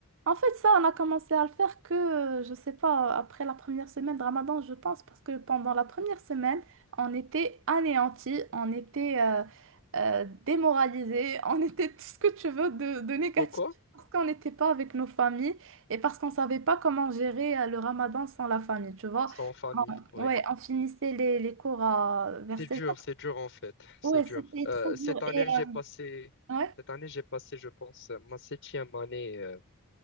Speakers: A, on the right; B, on the left.
A: En fait, ça, on a commencé à le faire que, euh, je sais pas, après la première semaine de Ramadan, je pense, parce que pendant la première semaine, on était anéantis, on était euh, euh, démoralisés, <laughs> on était tout ce que tu veux de, de négatif,
B: Pourquoi?
A: parce qu'on n'était pas avec nos familles et parce qu'on savait pas comment gérer euh, le Ramadan sans la famille, tu vois.
B: C'est en famille, oui.
A: On- ouais, on finissait les, les cours à, vers
B: C'est
A: seize
B: dur,
A: heures
B: c'est dur en fait, c'est
A: Ouais,
B: dur.
A: c'était
B: Euh,
A: trop dur.
B: cette année,
A: Et,
B: j'ai passé,
A: euh, ouais.
B: cette année, j'ai passé, je pense, ma septième année euh,